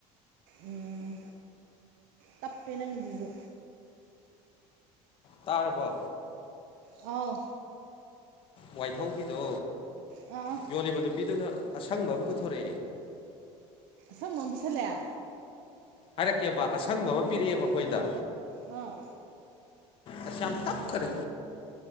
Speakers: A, on the right; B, on the left.
A: ꯎꯝ ꯇꯞꯄꯦ ꯅꯪꯗꯨꯁꯨ
B: ꯇꯥꯔꯕ
A: ꯑꯥꯎ
B: ꯋꯥꯏꯊꯧꯒꯤꯗꯣ
A: ꯑꯥ
B: ꯌꯣꯜꯂꯤꯕ ꯅꯨꯄꯤꯗꯨꯅ ꯑꯁꯪꯕ ꯑꯃ ꯄꯨꯊꯣꯔꯛꯑꯦ
A: ꯁꯝꯃꯣ ꯄꯁꯥꯂꯌꯥ
B: ꯍꯥꯏꯔꯛꯀꯦꯕ ꯑꯁꯪꯕ ꯑꯃ ꯄꯤꯔꯛꯑꯦꯕ ꯑꯩꯈꯣꯏꯗ
A: ꯑꯥ
B: ꯑꯁꯥ ꯌꯥꯝ ꯇꯞ ꯈꯔꯦ